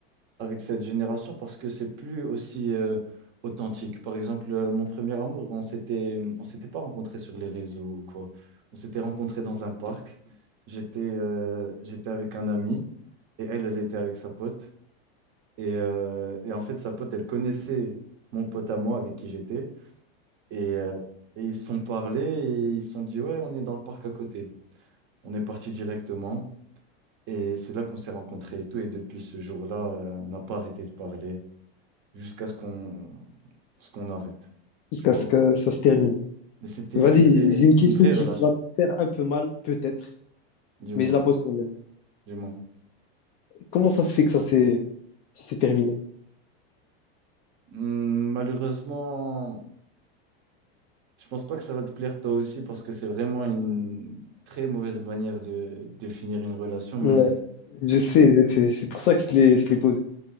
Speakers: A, on the right (about 40°); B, on the left (about 25°).
A: avec cette génération parce que c'est plus aussi euh, authentique. Par exemple, euh, mon premier amour, on s'était, on s'était pas rencontrés sur les réseaux ou quoi. On s'était rencontrés dans un parc. J'étais euh, j'étais avec un ami et elle, elle était avec sa pote. Et, euh, et en fait, sa pote, elle connaissait mon pote à moi avec qui j'étais. Et, euh, et ils se sont parlé et ils se sont dit, ouais, on est dans le parc à côté. On est parti directement. Et c'est là qu'on s'est rencontrés et tout. Et depuis ce jour-là, euh, on n'a pas arrêté de parler jusqu'à ce qu'on ce qu'on arrête.
B: Jusqu'à
A: Tu vois?
B: ce que ça se termine.
A: Mais c'était
B: Vas-y,
A: c'était
B: j'ai une question
A: une vraie
B: qui,
A: relation,
B: qui va te faire un peu mal, peut-être,
A: du moins,
B: mais je la pose quand même.
A: du moins.
B: Comment ça se fait que ça s'est ça s'est terminé?
A: Hum, Malheureusement, je pense pas que ça va te plaire toi aussi parce que c'est vraiment une très mauvaise manière de, de finir une relation, mais,
B: Ouais, je sais, je sais. C'est pour ça que je te l'ai je te l'ai posé.